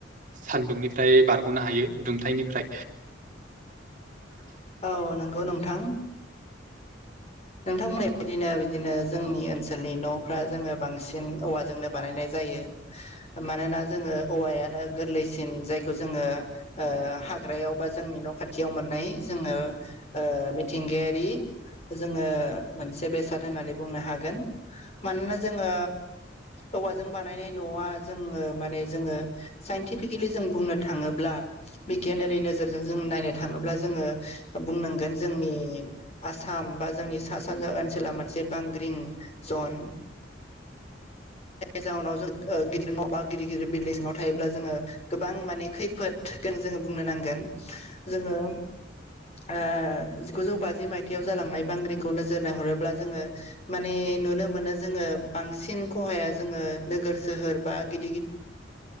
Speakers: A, on the right; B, on the left.
A: सान्दुंनिफ्राय बारग'नो हायो दुंथायनिफ्राय
B: औ नंगौ नोंथां नोंथांमोनहा बेदिनो बिदिनो जोंनि ओनसोलनि न'फ्रा जोङो बांसिन औवाजोंनो बानायनाय जायो मानोना जोङो औवायानो गोरलैसिन जायखौ जोङो हाग्रायाव बा जोंनि न' खाथियाव मोननाय जोङो मिथिंगायारि जोङो मोनसे बेसाद होननानै बुंनो हागोन मानोना जोङो औवाजों बानायनाय न'आ जोङो माने जोङो साइन्टिफिकेलि जों बुंनो थाङोब्ला बिगियानारि नोजोरजों जों नायनो थाङोब्ला जोङो बुंनांगोन जोंनि आसाम बा जोंनि सा सानजा ओनसोला मोनसे बांग्रिं जन जाहउनाव जों गिदिर न' बा गिदिर गिदिर बिलदिआव थायोब्ला जोङो गोबां माने खैफोदखौनो जोङो बुंनो नांगोन जोङो ओ जिगुजौ बाजि माइथायाव जालांनाय बांग्रिंखौ नोजोर नायहरोब्ला जोङो माने नुनो मोनो जोङो बांसिन खहाया जोङो नोगोर सोहोर बा गिदिर